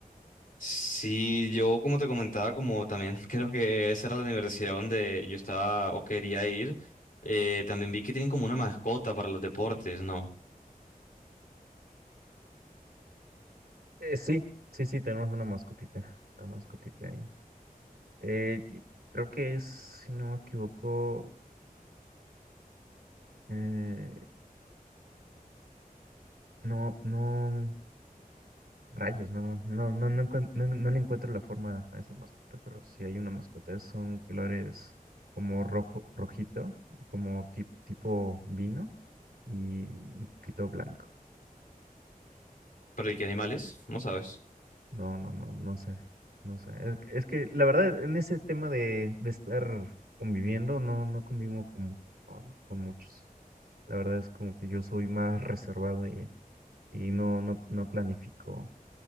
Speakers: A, on the left; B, on the right.
A: Sí, yo como te comentaba, como también <laughs> creo que esa era la universidad donde yo estaba o quería ir. eh, también vi que tienen como una mascota para los deportes, ¿no?
B: Eh, sí, sí, sí, tenemos una mascotita, una mascotita ahí. Eh, y creo que es, si no me equivoco, eh, no, no, rayos, no, no, no, no, encuent- no, no le encuentro la forma a esa mascota, pero sí hay una mascota, son colores como rojo, rojito, como ti- tipo vino y un poquito blanco.
A: Pero ¿y qué animales? No sabes.
B: No, no, no, no sé, no sé. Es, que es que, la verdad, en ese tema de, de estar conviviendo, no, no convivo con, con, con muchos. La verdad es como que yo soy más reservado y, y no, no, no planifico